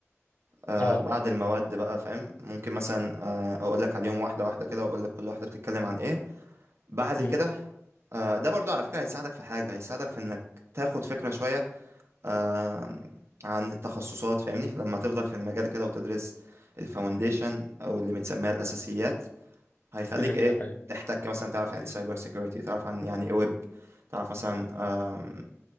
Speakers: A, on the right (about 60°); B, on the left (about 35°).
A: آه،
B: اه
A: بعد المواد بقى فاهم ممكن مثلا آه، اقول لك عليهم واحده واحده كده واقول لك كل واحده بتتكلم عن ايه بعد
B: امم
A: كده آه، ده برضو على فكره هيساعدك في حاجه هيساعدك في انك تاخد فكره شويه آه، عن التخصصات فاهمني لما تفضل في المجال كده وتدرس الفاونديشن او اللي بنسميها الاساسيات هيخليك
B: فهمتك
A: ايه
B: أيوة
A: تحتك مثلا تعرف يعني سايبر سيكيورتي تعرف عن يعني ايه ويب تعرف مثلا آم،